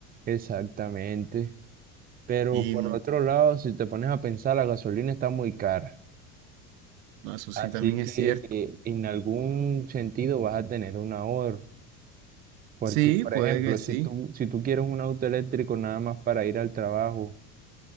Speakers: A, on the right; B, on the right.
A: Exactamente. Pero
B: Y
A: por
B: no,
A: otro lado, si te pones a pensar, la gasolina está muy cara.
B: no, eso
A: Así
B: sí también es
A: que
B: cierto.
A: eh, en algún sentido vas a tener un ahorro. Porque,
B: Sí,
A: por
B: puede
A: ejemplo,
B: que sí.
A: si tú, si tú quieres un auto eléctrico nada más para ir al trabajo,